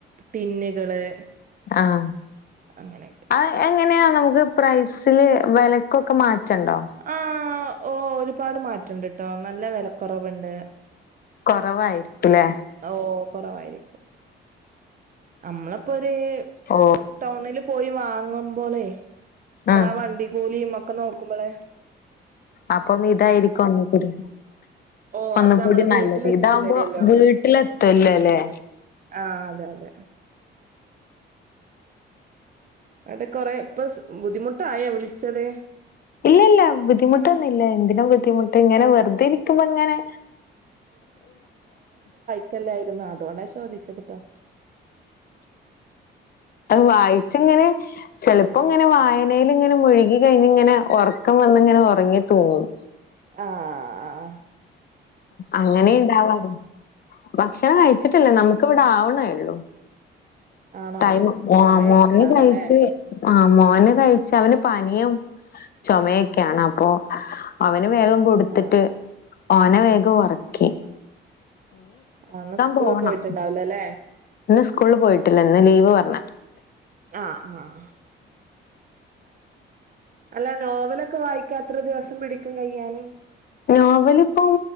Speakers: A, on the right; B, on the left.
A: ടിന്നുകള്
B: ആഹ്
A: അങ്ങനെയൊക്കെ
B: ആഹ് എങ്ങനെയാ നമുക്ക് പ്രൈസില് വെലക്കൊക്കെ മാറ്റണ്ടോ
A: ആഹ് ഓഹ് ഒരുപാട് മാറ്റണ്ട്ട്ടോ നല്ല വിലക്കുറവുണ്ട്
B: കൊറവായിരിക്കുംല്ലേ
A: ഓഹ് കൊറവായിരിക്കും നമ്മളപ്പോര്
B: ഓഹ്
A: ടൗണില് പോയി വാങ്ങുമ്പോളെ നമ്മളാ
B: ഉം
A: വണ്ടി കൂലിം ഒക്കെ നോ ക്കുമ്പളെ
B: അപ്പം ഇതായിരിക്കും ഒന്നും കൂടി
A: ഓ
B: ഒന്നും
A: അത് നമ്മള്
B: കൂടി നല്ലത്
A: വീട്ടിലെത്തിച്ചു
B: ഇതാവുമ്പോ
A: തരല്ലോ
B: വീട്ടിലെത്തോല്ലൊല്ലേ
A: ആഹ് അതെ അതെ ഇങ്ങട്ട് കൊറെ ഇപ്പ ബുദ്ധിമുട്ടായോ വിളിച്ചത്
B: ഇല്ല ഇല്ല ബുദ്ധിമുട്ടൊന്നും ഇല്ല എന്തിന ബുദ്ധിമുട്ട് ഇങ്ങനെ വെറുതെ ഇരി ക്കുമ്പോ ഇങ്ങനെ
A: ക്കലായിരുന്നോ അതുകൊണ്ടാ ചോദിച്ചതിട്ടോ
B: അത് വായിച്ചിങ്ങനെ ചെലപ്പോ ഇങ്ങനെ വായനേലിങ്ങനെ മുഴുകി കഴിഞ്ഞ് ഇങ്ങനെ ഉറക്കം വന്നിങ്ങനെ ഉറങ്ങി തൂങ്ങും
A: ആഹ് ആഹ് ആഹ്
B: അങ്ങനെ ഇണ്ടാവാറ് ഭക്ഷണം കഴിച്ചിട്ടില്ല നമുക്ക് ഇവടെ ആവണേള്ളൂ
A: ആണോ
B: ടൈം
A: സമയായിട്ടുണ്ടാവില്ല
B: മോന് കഴിച്ച്
A: ല്ലേ
B: ആഹ് മോന് കഴിച്ച് അവന് പനിയും ചൊമയൊക്കെയാണ് അപ്പൊ അവന് വേഗം കൊടുത്തിട്ട്
A: ആ
B: ഓനെ വേഗം ഒറക്കി
A: ആന്ന് സ്കൂളി
B: പോവണം
A: പോയിട്ടുണ്ടാവൂലല്ലെ
B: ഇന്ന് സ്കൂളിൽ പോയിട്ടില്ല ഇന്ന് ലീവ് പറ്ഞ്ഞ
A: ആഹ് ആഹ് ആഹ് അല്ല നോവലൊക്കെ വായിക്കാനെത്ര ദിവസം പിടിക്കും കയ്യാന്
B: നോവലിപ്പം